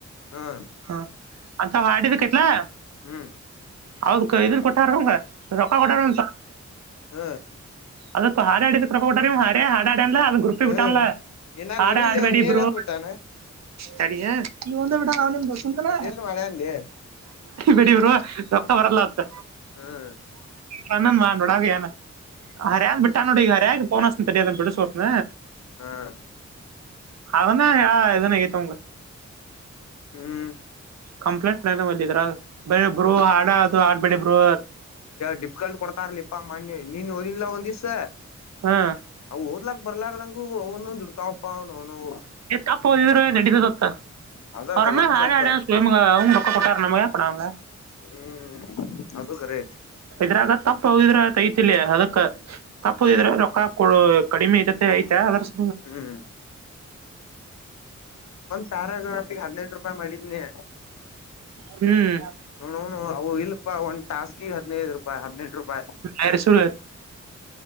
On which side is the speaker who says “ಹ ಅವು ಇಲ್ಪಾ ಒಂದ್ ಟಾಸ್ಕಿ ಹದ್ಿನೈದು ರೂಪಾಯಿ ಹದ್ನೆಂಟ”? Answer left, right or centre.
Left